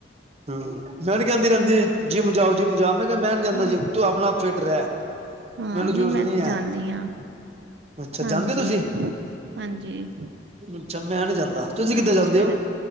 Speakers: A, on the right (about 35°); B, on the right (about 70°).
A: ਹੂੰ, ਮੈਂ ਨੀ ਕਹਿੰਦੀ ਰਹਿੰਦੀ ਜਿੰਮ ਜਾਓ ਜਿੰਮ ਜਾਓ। ਕਿਹਾ ਮੈਂ ਨ ਜਾਂਦਾ
B: ਹਾਂ
A: ਜਿੰਮ ਤੂੰ ਆਪਣਾ ਆਪ ਫਿੱਟ ਰਹਿ
B: ਹਾਂ
A: ਮੈਨੂੰ
B: ਨਹੀਂ
A: ਜ਼ਰੂਰਤ
B: ਮੈਂ
A: ਨੀ
B: ਤੇ
A: ਐ।
B: ਜਾਂਦੀ ਹਾਂ
A: ਅੱਛਾ
B: ਹਾਂਜੀ
A: ਜਾਂਦੇ ਹੋ ਤੁਸੀਂ।
B: ਹਾਂਜੀ
A: ਅੱਛਾ, ਮੈਂ ਨੀ ਜਾਂਦਾ ਤੁਸੀਂ
B: ਹਾਂ
A: ਕਿੱਦਾਂ ਜਾਂਦੇ
B: ਸਵੇਰੇ
A: ਹੋ?